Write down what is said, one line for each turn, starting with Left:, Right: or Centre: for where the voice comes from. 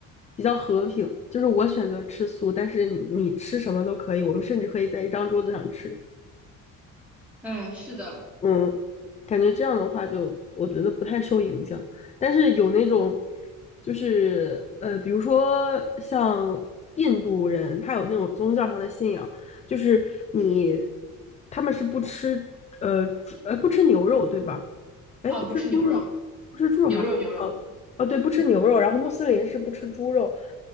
Left: 比较和平，就是我选择吃素，但是你你吃什么都可以，我们甚至可以在一张桌子上吃。
Centre: 哎，是的，
Left: 嗯，感觉这样的话就，我觉得不太受影响。但是有那种，就是呃，比如说像印度人，他有那种宗教上的信仰，就是你他们是不吃呃猪呃不吃牛肉，对吧？哎，
Centre: 啊，
Left: 不吃猪肉，
Centre: 不吃牛肉，
Left: 不吃猪肉还不哦哦，
Centre: 牛肉牛肉，
Left: 对，不吃牛肉。然后穆斯林是不吃猪肉，